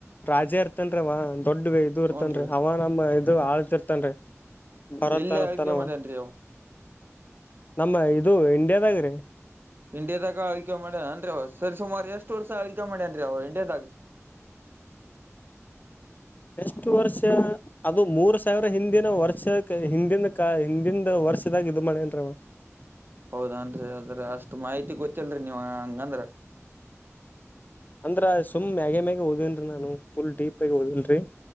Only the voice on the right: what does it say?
ಹನ್ರಿ
ಎಲ್ಲಿ ಆಳ್ಕೆ
ಮಾಡ್ಯನ್ರಿ ಅವ
ಇಂಡಿಯಾದಾಗ ಆಳ್ಕೆ ಮಾಡ ಅನ್ರಿ ಅವ ಸರಿ ಸುಮಾರು ಎಷ್ಟು ವರ್ಷ ಆಳ್ಕೆ ಮಾಡಿನ್ರಿ ಅವ ಇಂಡಿಯಾದಾಗ.
ಹೌದಾನ್ರಿ ಅದ್ರ ಅಷ್ಟ್ ಮಾಹಿತಿ ಗೊತ್ತಿಲ್ರಿ ನೀವ್ ಹಂಗಂದ್ರ.